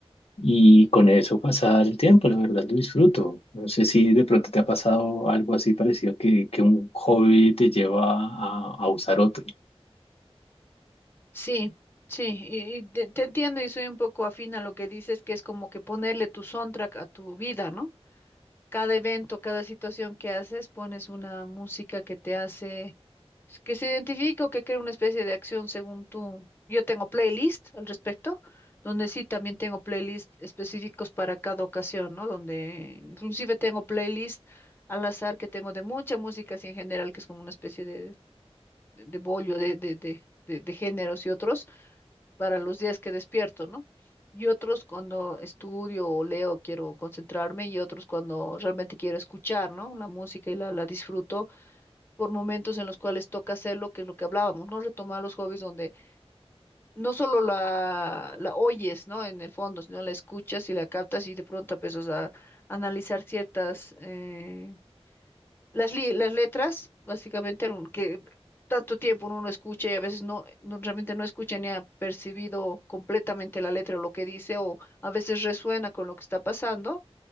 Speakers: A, on the left; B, on the left.
A: Y con eso pasar el tiempo, la verdad lo disfruto. No sé si de pronto te ha pasado algo así parecido que, que un hobby te lleva a, a usar otro.
B: Sí, sí, y, y te, te entiendo y soy un poco afín a lo que dices, que es como que ponerle tu soundtrack a tu vida, ¿no? Cada evento, cada situación que haces, pones una música que te hace, que se identifica o que crea una especie de acción según tú. Yo tengo playlist al respecto, donde sí también tengo playlist específicos para cada ocasión, ¿no? Donde inclusive tengo playlist al azar que tengo de mucha música así en general, que es como una especie de, de, de bollo de, de, de, de de géneros y otros para los días que despierto, ¿no? Y otros cuando estudio o leo quiero concentrarme y otros cuando realmente quiero escuchar, ¿no? La música y la, la disfruto por momentos en los cuales toca hacerlo, que es lo que hablábamos, ¿no? Retomar los hobbies donde no solo la, la oyes, ¿no? En el fondo, sino la escuchas y la captas y de pronto empiezas a analizar ciertas eh, las, li- las letras, básicamente, algún- que tanto tiempo uno no escucha y a veces no, no- realmente no escucha ni ha percibido completamente la letra o lo que dice, o a veces resuena con lo que está pasando,